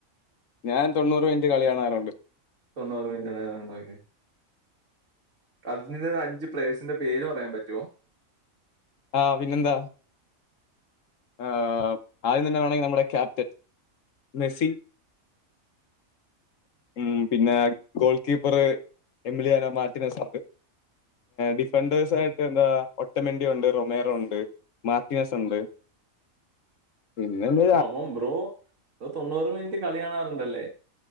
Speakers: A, on the left; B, on the right.
A: ഞാൻ തൊണൂറ് മിനിറ്റ് കളി കാണാറുണ്ട്
B: തൊണ്ണൂറ് മിനിറ്റ് കാണാറുണ്ട്, ഓക്കെ അർജന്റീന അഞ്ച് പ്ലേഴ്സിന്റെ പേര് പറയാൻ പറ്റോ
A: ആഹ് പിന്നെന്താ ആഹ് ആദ്യം തന്നെ വേണമെങ്കി നമ്മടെ ക്യാപ്റ്റൻ മെസ്സി ഉം പിന്നെ goal keeper Emiliano Martinez defenders ആയിട്ട് എന്താ ഒട്ടമന്റി ഒണ്ട് റൊമേറോ ഒണ്ട് മാർട്ടിനസുണ്ട് പിന്നെന്താ
B: ഓ ഹ് അപ്പം ബ്രോ തൊണ്ണൂറ് മിനിറ്റ് കളി കാണാറുണ്ടല്ലേ